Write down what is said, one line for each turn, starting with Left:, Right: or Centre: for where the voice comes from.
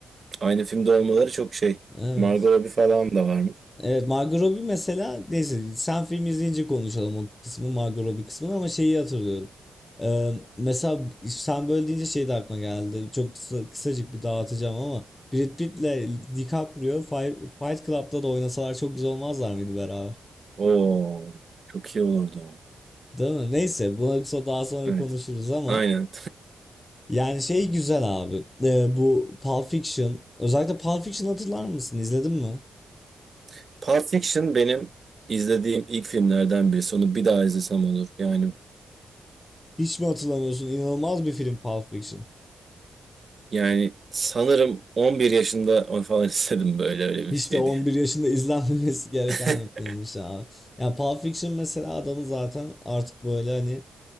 Right: Aynı filmde olmaları çok şey.
Left: Evet.
Right: Margot Robbie falan da varmış.
Left: Evet Margot Robbie mesela neyse sen film izleyince konuşalım o kısmı Margot Robbie kısmını ama şeyi hatırlıyorum. Ee, mesela sen böyle deyince şey de aklıma geldi. Çok kısa, kısacık bir dağıtacağım ama Brad Pitt'le DiCaprio Fight, Fight Club'da da oynasalar çok güzel olmazlar mıydı beraber?
Right: Oo, çok iyi olurdu o.
Left: Değil mi? Neyse buna so- daha sonra
Right: Evet.
Left: konuşuruz ama
Right: Aynen.
Left: yani şey güzel abi. Ee, bu Pulp Fiction özellikle Pulp Fiction hatırlar mısın? İzledin mi?
Right: <laughs> Pulp Fiction benim izlediğim ilk filmlerden birisi. Onu bir daha izlesem olur. Yani
Left: Hiç mi hatırlamıyorsun? İnanılmaz bir film Pulp Fiction.
Right: yani sanırım 11 yaşında onu falan <laughs> istedim böyle öyle bir
Left: Hiç
Right: şey
Left: de 11
Right: diye.
Left: yaşında izlenmemesi gereken
Right: <laughs>
Left: bir filmmiş abi. Yani Pulp Fiction mesela adamı zaten artık böyle hani